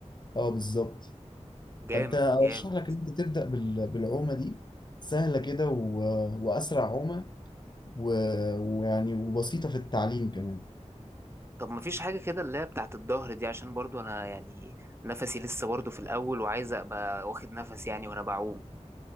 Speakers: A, on the left; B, on the right.
A: اه بالظبط
B: جامد
A: فانت ارشح
B: جامد
A: لك ان انت تبدا بال... بالعومه دي سهله كده و... واسرع عومه و... ويعني وبسيطه في التعليم كمان
B: طب مفيش حاجة كده اللي هي بتاعت الظهر دي عشان برضو أنا يعني نفسي لسه برضو في الأول وعايز أبقى واخد نفس يعني وأنا بعوم